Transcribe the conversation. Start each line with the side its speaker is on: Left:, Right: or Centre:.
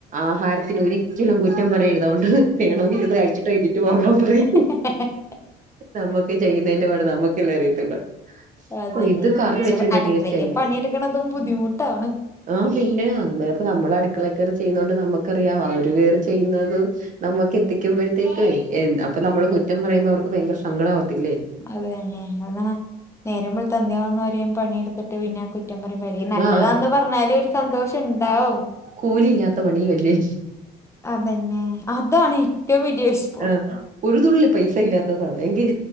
Right: ആഹാരത്തിന് ഒരിക്കലും കുറ്റം പറയരുത്. അതുകൊണ്ട് വേണമെങ്കിൽ ഇരുന്ന് കഴിച്ചിട്ട് എഴ്നെട്ട് പോകാൻപറയും
Left: <unintelligible>
Right: നമ്മുക്ക് ചെയ്യുന്നതിന്റെ പാട് നമ്മക്കല്ലേ അറിയത്തുള്ളൂ
Left: അതെ
Right: ഓ ഇത്
Left: തെ
Right: കറി
Left: പക്ഷെ
Right: വെച്ചിന്റെ
Left: അട്ക്കളയിലെ
Right: ടേസ്റ്റ്
Left: പണിയെട്ക്കണതും ബുദ്ധിമുട്ടാണ്.
Right: ആഹ് പിന്നെ ഇപ്പോ നമ്മള അടുക്കളക്കറി ചെയ്യുന്നത കൊണ്ട് നമുക്കറിയാം അവര് കയറി ചെയ്യുന്നതും നമ്മുക്ക് എത്തിക്കുമ്പോഴത്തേക്ക് എന്ത അപ്പൊ നമ്മള് കുറ്റം പറയുമ്പോ അവർക്ക് ഭയങ്കര സങ്കടം ആവത്തില്ലേ?
Left: അതന്നെ അത് നേരംവെള്ത്ത് അന്ത്യ ആകുന്നവരെയും പണിയെടുത്തിട്ട് പിന്നെആകുറ്റ് കുറ്റം പരയുമ്പോ ഈ നല്ലതാന്ന്
Right: ആഹ്
Left: പറഞ്ഞാല് ഒരു സന്തോഷം ഉണ്ടാവും
Right: കൂലി ഇല്ലാത്ത പണിയുവല്ലേ
Left: അതന്നെ അതാണ് ഏറ്റവും വല്യ ഇഷ്
Right: <unintelligible> ഒരു തുള്ളി പൈസ ഇല്ലാത്തതാണ് എങ്കിൽ